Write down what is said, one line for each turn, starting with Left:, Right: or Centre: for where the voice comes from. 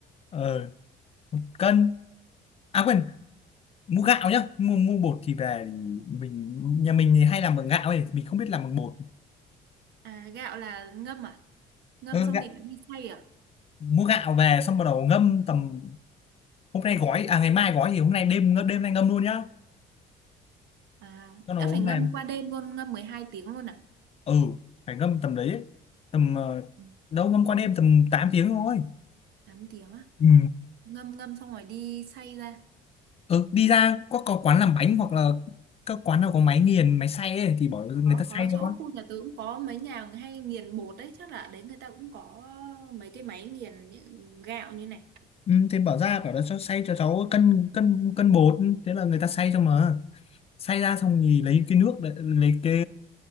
Left: ờ cân à quên mua gạo nhá mua mua bột thì về thì mình nhà mình thì hay làm bằng gạo ấy mình không biết làm bằng bột
Right: À, gạo là ngâm à? Ngâm
Left: ừ.
Right: xong
Left: gạo,
Right: định đi xay à?
Left: mua gạo về xong bắt đầu ngâm tầm hôm nay gói à ngày mai gói thì hôm nay đêm ngâm- đêm nay ngâm luôn nhá
Right: À,
Left: cho nó
Right: đã
Left: hôm
Right: phải ngâm
Left: nay
Right: qua đêm luôn, ngâm 12 tiếng luôn à?
Left: ừ phải ngâm tầm đấy ấy. tầm ờ,
Right: Ừ,
Left: đâu ngâm qua đêm tầm 8 tiếng thôi
Right: 8 tiếng á?
Left: ừ.
Right: Ờ. Ngâm ngâm xong rồi đi xay ra.
Left: ừ đi ra có, có quán làm bánh hoặc là các quán nào có máy nghiền máy xay ấy, thì bỏ người
Right: Có
Left: ta xay
Right: có chỗ
Left: cho con.
Right: khu nhà tớ cũng có mấy nhà hay nghiền bột đấy, chắc là ở đấy người ta cũng có mấy cái máy nghiền những gạo như này.
Left: ừ, thì bảo ra bảo là cho xay cho cháu cân cân cân bột thế là người ta xay cho mà xay ra xong thì lấy cái nước đấy, lấy cái